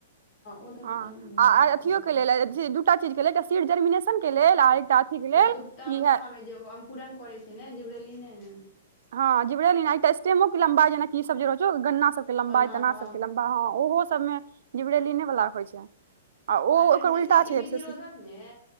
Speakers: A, on the left; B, on the right.
A: ओ तऽ
B: हँ
A: मोटा
B: आ अथियो के
A: टाइप
B: लेल जे दूटा। चीज के ले एकटा सीट जर्मिनेशन के लेल आ एकटा अथी के
A: प्रसुप्तावस्था
B: लेल इहै
A: मे जे ओ अंकुरन करै छै ने जिब्रेली नैने
B: हँ जीब्रेलीन स्टेनो के लम्बाई जेना कि इ सभ रहै छौ गन्ना। लम्बा-तना
A: तना ह
B: सभके लम्बा होइ छै, ओहो सभमे जिबरेलिनवाला होइत छै। आ ओ ओकर
A: एम सी
B: उल्टा
A: सिक्स
B: छैे।
A: वृद्धि रोधक ने